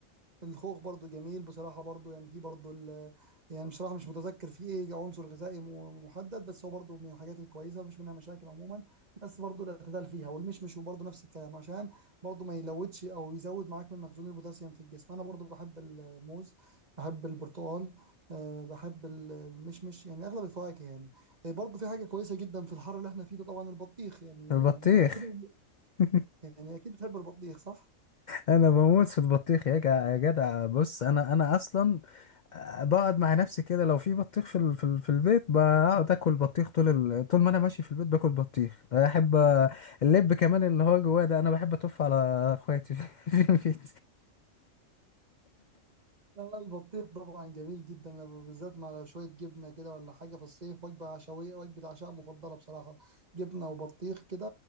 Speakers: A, on the right (about 35°); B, on the left (about 65°).
A: الخوخ برضو جميل بصراحة برضو يعني في برضو ال- يعني بصراحة مش متذكر في ايه عنصر غذائي م- محدد بس هو برضو من الحاجات الكويسة مفيش منها مشاكل عموما بس برضو الاعتدال فيها والمشمش وبرضو نفس الكلام عشان برضو ما يلودش او يزود معاك من مخزون البوتاسيوم في الجسم انا برضو بحب الموز بحب البرتقال أه بحب ال- المشمش يعني اغلب الفواكه يعني آه، برضو في حاجة كويسة جدا في الحر اللي احنا فيه ده طبعا البطيخ يعني
B: البطيخ
A: ما كده
B: <laughs>
A: يعني اكيد بتحب البطيخ صح؟
B: انا بموت في البطيخ يا جدع يا جدع بص انا انا اصلا آه، بقعد مع نفسي كده لو في بطيخ في ال- في ال- في البيت بقعد اكل بطيخ طول ال... طول ما انا ماشي في البيت باكل بطيخ احب اللب كمان اللي هو جواه ده انا بحب اتف على اخواتي في <laughs> في البيت
A: آه، البطيخ طبعا جميل جدا أنا بالذات مع لو شويه جبنه كده ولا حاجه في الصيف وجبه عشوائيه وجبه عشاء مفضله بصراحه جبنه وبطيخ كده